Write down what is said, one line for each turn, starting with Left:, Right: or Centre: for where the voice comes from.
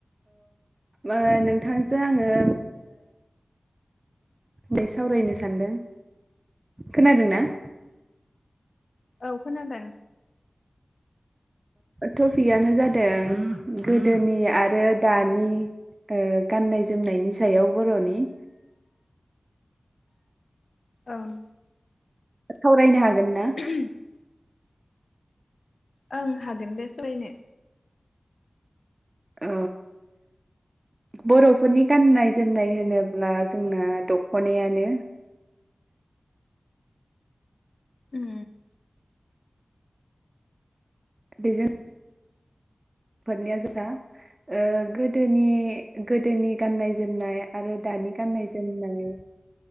Right: अ नोंथांजों आङो। नै सावरायनो सानदों खोनादोंना?
Left: औ खोनादों
Right: टपिकआनो जादों गोदोनि आरो दानि गाननाय जोमनायनि सायाव बर'नि
Left: ओं।
Right: सावरायनो हागोन ना
Left: <inaudible> ओं हागोन दे सोलायनो
Right: औ। बर'फोरनि गाननाय जोमनाय होनोब्ला जोंना दख'नायानो।
Left: उम
Right: जिजाइन फोरनिया जोसा गोदोनि गोदोनि गाननाय जोमनाय आरो दानि गाननाय जोमनाय।